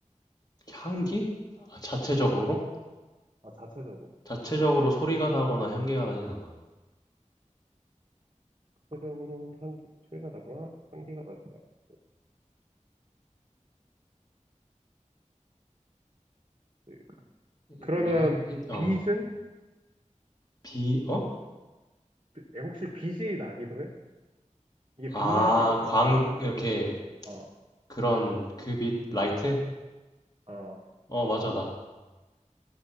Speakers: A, on the left; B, on the right.
A: 향기? 아, 자체적으로?
B: 아, 아, 자체적으로.
A: 자체적으로 소리가 나거나 향기가 나진 않아.
B: 자체적으로 향기, 소리가 나거나 향기가 나지 않고. 네.
A: 이거
B: 그러면
A: 뭐지? 힌, 힌,
B: 빛은?
A: 어, 비, 어?
B: 에, 혹시 빛이 나기도 해? 이게
A: 아,
B: 빛나기도 해?
A: 광, 이렇게,
B: 아,
A: 그런, 그 빛, 라이트?
B: 아,
A: 어, 맞아, 나.